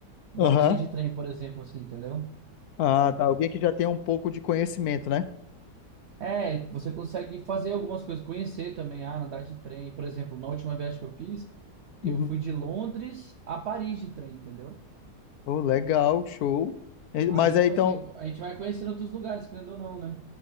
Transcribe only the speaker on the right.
Dá
pra você ir de trem, por exemplo, assim, entendeu?
É, você consegue fazer algumas coisas, conhecer também, ah, andar de trem. Por exemplo, na última viagem que eu fiz,
eu fui de Londres a Paris de trem, entendeu?
Aí,
tipo
assim, a gente vai conhecendo outros lugares, querendo ou não, né?